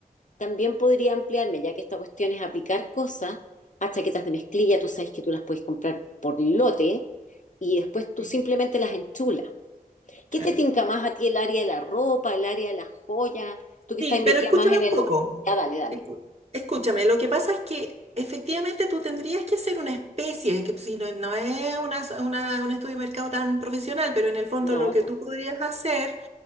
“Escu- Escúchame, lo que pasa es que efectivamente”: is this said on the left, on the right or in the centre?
Right